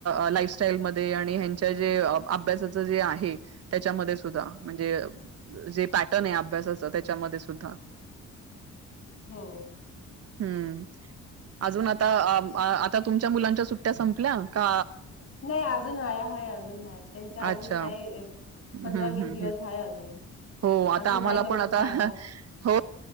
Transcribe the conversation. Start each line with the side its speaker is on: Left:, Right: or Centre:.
Right: अ लाईफस्टाईलमध्ये आणि ह्यांच्या जे अभ्यासाचं जे आहे त्याच्यामध्ये सुद्धा म्हणजे अ जे पॅटर्न आहे अभ्यासाचं त्याच्यामध्ये सुद्धा
Left: हो.
Right: हम्म अजून आता आ अ आता तुमच्या मुलांच्या सुट्ट्या संपल्या का
Left: नाही अजून हाय हाय अजून हाय त्यांचे अजून
Right: अच्छा
Left: हाय अ
Right: हम्म
Left: पंधरा-वीस
Right: हम्म हम्म.
Left: दिवस हाय अजून <inaudible>
Right: हो आता
Left: अजून
Right: आम्हाला
Left: हाय डोकं
Right: पण आता
Left: खायला
Right: हो